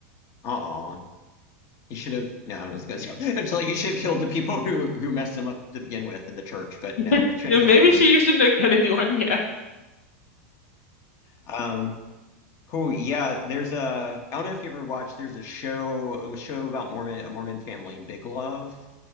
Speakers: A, on the left (about 45°); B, on the left (about 80°).
A: Aw, you should have. No, I was gonna say, <laughs> it's like you should have killed the people who who messed him up to begin with in the church, but
B: <laughs>
A: no, shouldn't
B: Yeah,
A: kill
B: maybe
A: anyone.
B: she shouldn't have cut <laughs> anyone. Yeah.
A: Um, cool. Yeah, there's a. I don't know if you ever watched. There's a show. It was a show about Mormon a Mormon family, Big Love,